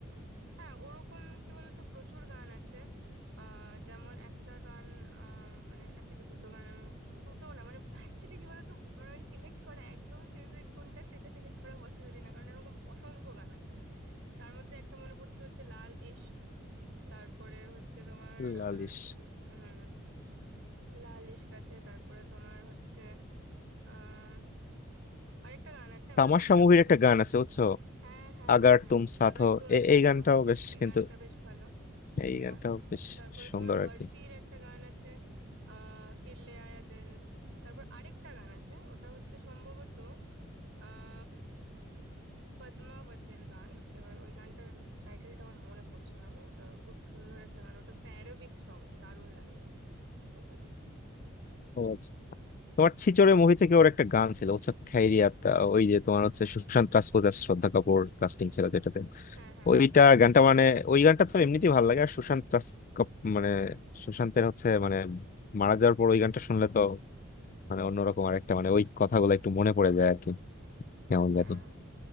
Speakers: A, on the right; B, on the left.
A: হ্যাঁ ওরকম কি বলতো প্রচুর গান আছে আহ যেমন একটা গান আম, মানে একটা কি দুটো গান আমি দুটো না মানে অ্যাকচুয়ালি কি বলতো মানে ওই সিলেক্ট করা একদম ফেভারিট কোনটা সেটা সিলেক্ট করা পসিবলই না কারণ এরকম অসংখ্য গান আছে তার মধ্যে একটা মনে পড়ছে হচ্ছে লাল ইশক তারপরে হচ্ছে তোমার
B: লালিশ
A: আম, লাল ইশক আছে তারপরে তোমার হচ্ছে আম, আরেকটা গান আছে আমার
B: তামাশা
A: মনে
B: মুভির
A: পড়ছে
B: একটা
A: না
B: গান আছে বুঝছো
A: হ্যাঁ হ্যাঁ
B: আগার
A: হ্যাঁ হ্যাঁ
B: তুম সাথ
A: আগার
B: হো
A: তুম
B: এ-
A: সাথ
B: এই গানটাও
A: হো
B: বেশ
A: এই
B: কিন্তু
A: গানটা বেশ ভালো
B: এই গানটা
A: আর
B: বেশ
A: তারপরে
B: সুন্দর
A: তোমার বরফির
B: আর কি
A: একটা গান আছে আহ ফির লে আয়া দিল তারপর আরেকটা গান আছে ওটা হচ্ছে সম্ভবত আহ পদ্মাবতের গান এবার ওই গানটার টাইটেলটা আমার মনে পড়ছে না গো ওটা খুব সুন্দর একটা গান ওটা একটা অ্যারোবিক সং দারুণ লাগে এই গানটা ওর গলা
B: ও আচ্ছা। তোমার ছিচড়ে মুভি থেকে ওর একটা গান ছিল হচ্ছে খাইরিয়াতা ওই যে তোমার হচ্ছে সুশান্ত রাজপুত আর শ্রদ্ধা কাপুর কাস্টিং ছিল যেটাতে
A: হ্যাঁ হ্যাঁ
B: ওইটা গানটা মানে ওই গানটা তো এমনিতেই ভালো লাগে আর সুশান্ত রাজ কাপ- মানে সুশান্তের হচ্ছে মানে মারা যাওয়ার পর ওই গানটা শুনলে তো মানে অন্যরকম আর একটা মানে ওই কথাগুলো একটু মনে পড়ে যায় আর কি কেমন
A: হ্যাঁ
B: জানি